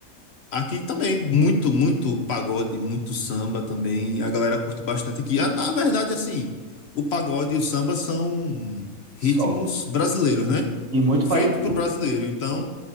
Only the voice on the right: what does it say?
som,
e muito
parecido.